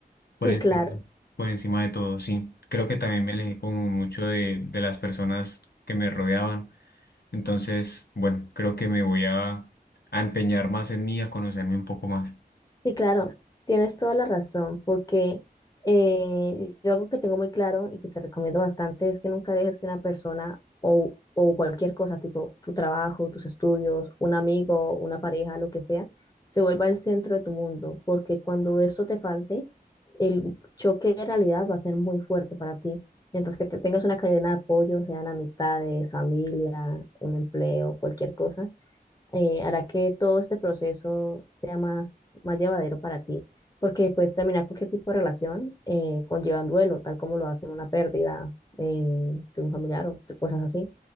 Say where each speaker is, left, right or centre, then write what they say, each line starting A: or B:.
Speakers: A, on the left; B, on the left.
A: Sí,
B: Por encima,
A: claro.
B: por encima de todo, sí. Creo que también me alejé como mucho de, de las personas que me rodeaban. Entonces, bueno, creo que me voy a, a empeñar más en mí, a conocerme un poco más.
A: Sí, claro, tienes toda la razón, porque eh, yo algo que tengo muy claro y que te recomiendo bastante es que nunca dejes que una persona o, o cualquier cosa, tipo tu trabajo, tus estudios, un amigo, una pareja, lo que sea, se vuelva el centro de tu mundo, porque cuando eso te falte, el choque de realidad va a ser muy fuerte para ti. Mientras que te tengas una cadena de apoyo, sean amistades, familia, un empleo, cualquier cosa eh, hará que todo este proceso sea más, más llevadero para ti, porque puedes terminar cualquier tipo de relación eh, conlleva un duelo, tal como lo hacen una pérdida eh, de un familiar o de cosas así,